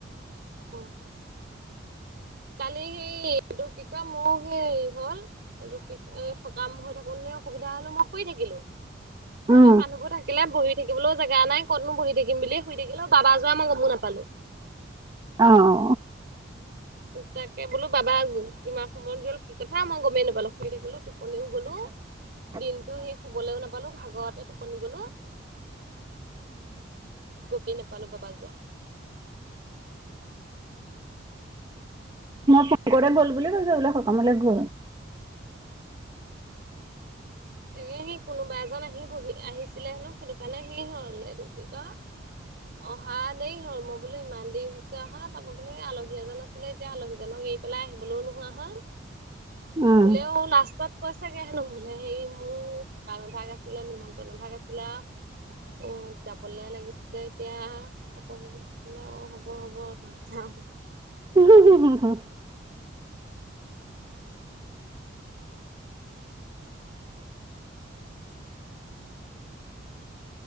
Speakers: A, on the right; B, on the right.
A: উম কালি সেই এইটো কি কা মোৰ সেই হল, এইটো কি <unintelligible> এই কাম হৈ থাকো নে অসুবিধা হলো মই শুই থাকিলো <unintelligible>
B: উম
A: মানুহবোৰ থাকিলে বহি থাকিবলৈও জেগা নাই কতনো বহি থাকিম বুলি শুই থাকিলো, বাবা যোৱাই মই গমো নাপালো। <unintelligible>
B: অ অ
A: তাকে বোলো বাবা কিমান সময়ত গল, কি কথা মই গমেই নাপালো শুই থাকলো টোপনিও গ'লো। <unintelligible>
B: <inaudible>
A: দিনটো সি শুবলৈও নাপালো ভাগৰতে টোপনি গলো গমেই নাপালো বাবাক যোৱা <unintelligible>
B: শংকতে গ'ল বুলি কৈছে বোলে সকামলৈ গ'ল।
A: এ সি কোনোবা এজন আহি বহি আহিছিলে হে নো সেইটো কাৰণে হে হল এইটো কি কয় অহা দেই হ'ল, মই বোলো ইমান দেৰি হৈছে অহা তাপা বোলো আলহী এজন আছিলে, এতিয়া আলহীজনক পেলাই আহিবলৈও নোহোৱা হল,
B: উম,
A: হলেও লা কৈ চাগে হেনু হেৰি মোৰ কাম এভাগ আছিলে, নিমন্ত্ৰন এভাগ আছিলে আও। <unintelligible> উ যাবলে লাগিছিলে এতিয়া তাপা এ অ হ'ব হব। <unintelligible>
B: উম হম হম হ <unintelligible>